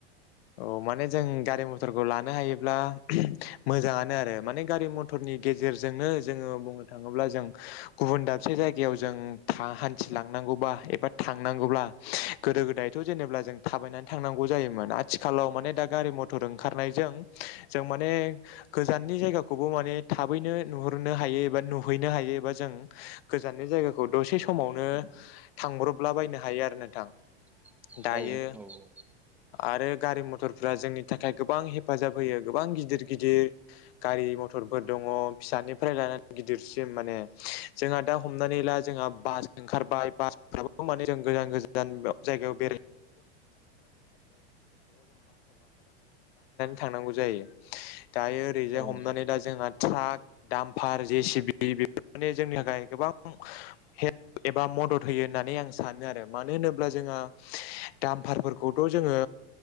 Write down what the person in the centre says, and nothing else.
<inaudible>
औ
औ नोंथां